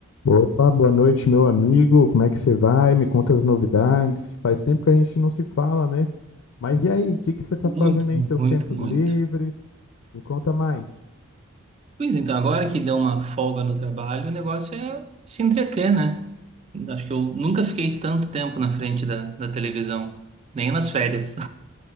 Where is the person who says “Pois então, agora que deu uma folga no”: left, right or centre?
Right